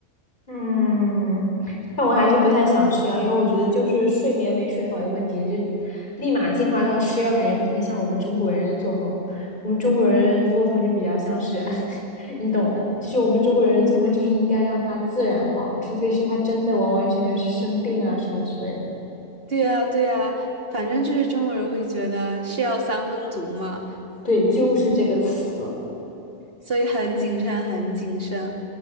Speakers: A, on the left; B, on the right.
A: 嗯，但我还是不太想吃药，因为我觉得就是睡眠没睡好的问题，就立马进化到吃药，感觉不太像我们中国人的作风。我们中国人的作风就比较像是，<laughs> 你懂的。其实我们中国人的作风就是应该让它自然好，除非是他真的完完全全是生病啊什么之类的。
B: 对啊，对啊，反正就是中国人会觉得是药三分毒嘛，
A: 对，就是这个词。
B: 所以很谨慎，很谨慎。